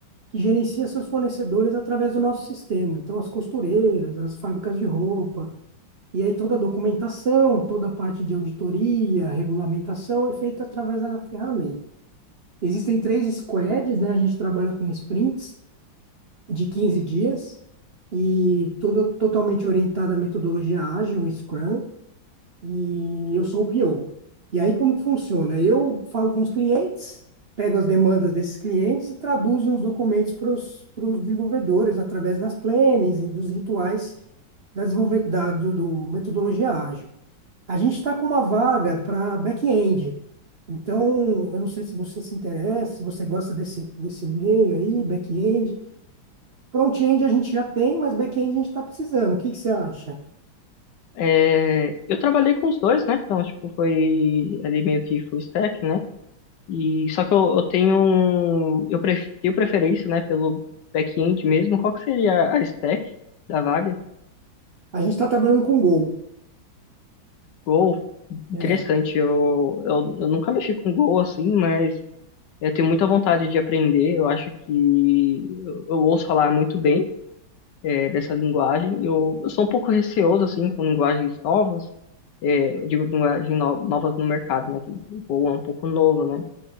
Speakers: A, on the right; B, on the left.
A: que gerencia seus fornecedores através do nosso sistema. Então, as costureiras, as fábricas de roupa, e aí toda a documentação, toda a parte de auditoria, regulamentação é feita através da ferramenta. Existem três squads, né? A gente trabalha com sprints de 15 dias e toda totalmente orientada à metodologia ágil, Scrum e eu sou o PO. E aí, como que funciona? Eu falo com os clientes, pego as demandas desses clientes e traduzo os documentos para os desenvolvedores através das plannings e dos rituais da, desenvolve- da do, do metodologia ágil. A gente está com uma vaga para back-end. Então, eu não sei se você se interessa, se você gosta desse, desse meio aí, back-end. Front-end a gente já tem, mas back-end a gente está precisando. O que que você acha?
B: É, eu trabalhei com os dois, né? Então, tipo, foi ali meio que full stack, né? E só que eu, eu tenho, um- eu pref- tenho preferência, né, pelo back-end mesmo. Qual que seria a stack da vaga?
A: A gente está trabalhando com Go.
B: Go, interessante.
A: É,
B: Eu, eu, eu nunca mexi com Go assim, mas eu tenho muita vontade de aprender. Eu acho que eu, eu ouço falar muito bem. é, dessa linguagem. Eu, eu sou um pouco receoso, assim, com linguagens novas. É, eu digo linguagem no, novas no mercado, né? Que o Go é um pouco novo, né?